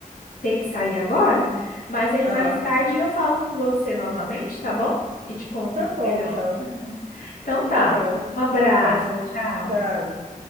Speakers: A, on the left; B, on the right.
A: ter que sair agora, mas aí
B: Aham.
A: mais tarde eu falo com você novamente, tá bom? E te conto
B: Tá bom,
A: melhor.
B: então.
A: <laughs> Então tá.
B: Tá bom.
A: Um abraço,
B: Tá bom.
A: tchau.
B: Tchau.